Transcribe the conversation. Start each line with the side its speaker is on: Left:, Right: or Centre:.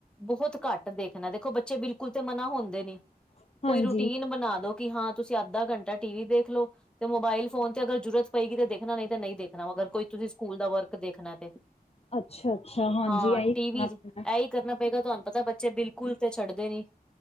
Centre: ਬਹੁਤ ਘੱਟ ਦੇਖਣਾ, ਬੱਚੇ ਬਿਲਕੁਲ ਤੇ ਮਨਾ ਹੁੰਦੇ ਨੀ
Left: ਹਾਂਜੀ-ਹਾਂਜੀ,
Centre: ਕੋਈ ਰੂਟੀਨ ਬਣਾ ਦੋ। ਕਿ ਹਾਂ ਤੁਸੀਂ ਅੱਧਾ ਘੰਟਾ ਟੀ ਵੀ ਦੇਖ ਲੋ। ਤੇ ਮੋਬਾਇਲ ਫੋਨ ਤੇ ਅਗਰ ਜਰੂਰਤ ਪਏਗੀ ਤੇ ਦੇਖਣਾ ਨਹੀਂ ਤੇ ਨਹੀਂ ਦੇਖਣਾ ਅਗਰ ਕੋਈ। ਤੁਸੀਂ ਸਕੂਲ ਦਾ ਵਰਕ ਦੇਖਣਾ ਤੇ
Left: ਅੱਛਾ-ਅੱਛਾ, ਹਾਂਜੀ
Centre: ਹਾਂ
Left: ਐਈ ਕਰਨਾ
Centre: ਟੀਵੀ ਚ
Left: ਪੈਂਦਾ।
Centre: ਇਹੀ ਕਰਨਾ ਪਏਗਾ ਤੁਹਾਨੂੰ ਪਤਾ ਬੱਚੇ ਬਿਲਕੁਲ ਤੇ ਛੱਡਦੇ ਨੀ